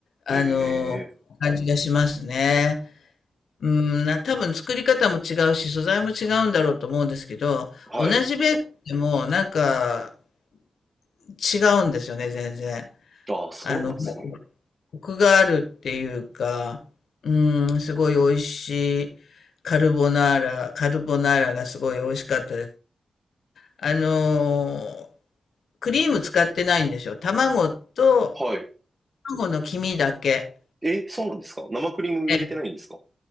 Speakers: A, on the left; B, on the right.
A: あのー感じがしますね。
B: ええ、
A: うん、な、多分作り方も違うし、素材も違うんだろうと思うんですけど、
B: はい。
A: 同じベーコンでも、なんか、違うんですよね、全然。
B: ああ、そうなんですね。
A: あの、コクがあるっていうか、うん、すごい美味しいカルボナーラ、カルボナーラがすごい美味しかったです。あのークリーム使ってないんですよ。卵と、
B: はい。
A: 卵の黄身だけ。
B: え、そうなんですか生クリーム入れてないんですか
A: え